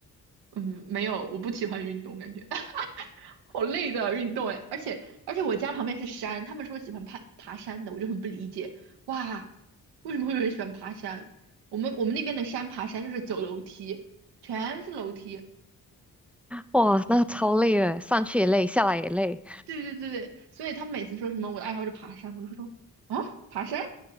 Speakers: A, on the right (about 90°); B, in the centre.
A: 嗯，没有，我不喜欢运动，感觉。好累的运动哎，而且而且我家旁边是山，他们说喜欢爬爬山的，我就很不理解，哇，为什么会有人喜欢爬山？我们我们那边的山爬山就是走楼梯，全是楼梯，
B: 哇，那个超累的，上去也累，下来也累。
A: 对对对对，所以他们每次说什么我的爱好是爬山，我就会说啊，爬山，